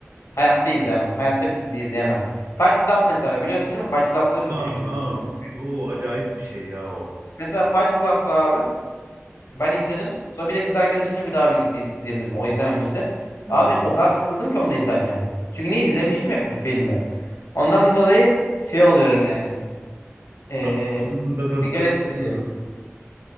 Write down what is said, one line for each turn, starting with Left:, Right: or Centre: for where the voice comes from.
Left: Hayatta izleyemem. Hayatta bir dizi izleyemem. Fight Club mesela biliyorsun değil mi? Fight Club'da da çok
Right: Aa,
Left: şaşırmıştım ben.
Right: o acayip bir şey ya o.
Left: Mesela Fight Club'da abi Ben izledim. Sonra bir de kız arkadaşımla bir daha birlikte izleyelim dedim. O izlememişti.
Right: Hmm.
Left: Abi o kadar sıkıldım ki onu da izlerken. Çünkü niye izlemişim ya fi- filmi. Ondan dolayı şey oluyorum yani. Ee,
Right: Ama Bunun da tadı
Left: bir garip
Right: da kaçırılır.
Left: hissediyorum.